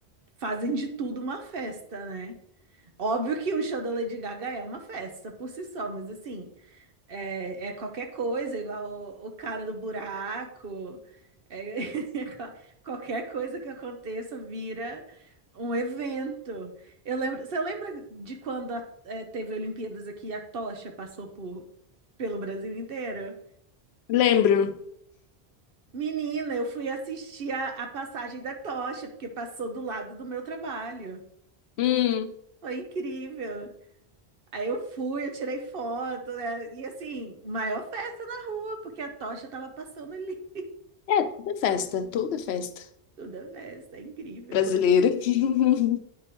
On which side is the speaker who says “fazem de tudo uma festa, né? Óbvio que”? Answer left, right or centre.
Right